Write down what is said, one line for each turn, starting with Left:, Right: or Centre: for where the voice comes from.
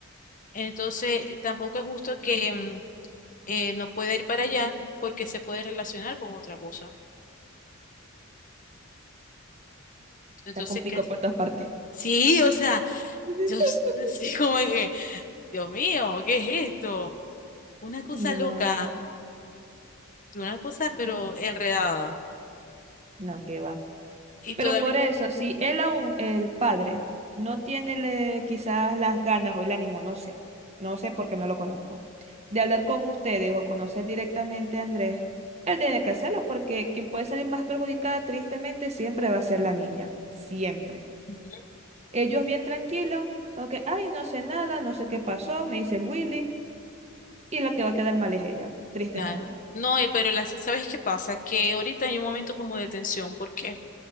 Left: Entonces, tampoco es justo que mm, eh, no pueda ir para allá porque se puede relacionar con otra cosa. Entonces,
Right: Está con pico
Left: ¿qué?
Right: por todas partes.
Left: Sí, o sea,
Right: <laughs>
Left: yo <laughs> sí como que, Dios mío, ¿qué es esto? Una cosa
Right: No,
Left: loca. Una cosa, pero enredada.
Right: no, que va.
Left: Y
Right: Pero
Left: todavía,
Right: por eso, si él aún, el padre, no tiene le- quizás las ganas o el ánimo, no sé, no sé porque no lo conozco, de hablar con ustedes o conocer directamente a Andrés, él tiene que hacerlo porque quien puede salir más perjudicada tristemente siempre va a ser la niña, siempre.
Left: Ujú.
Right: Ellos bien tranquilos, porque, ay, no sé nada, no sé qué pasó, me dice el Willy, y la que va a quedar mal es ella, tristemente.
Left: claro. No, eh, pero las- ¿sabes qué pasa? Que ahorita hay un momento como de tensión, porque